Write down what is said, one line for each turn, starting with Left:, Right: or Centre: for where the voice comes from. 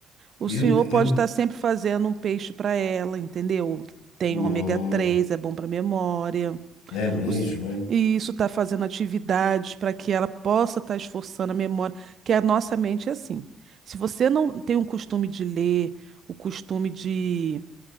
Right: O
Left: Eu,
Right: senhor pode
Left: eu,
Right: estar sempre fazendo um peixe para ela, entendeu? Que Tem
Left: hum,
Right: ômega 3, é bom para memória.
Left: é mesmo,
Right: O s-
Left: é?
Right: E isso está fazendo atividades para que ela possa estar esforçando a memória, que a nossa mente é assim. Se você não tem o costume de ler, o costume de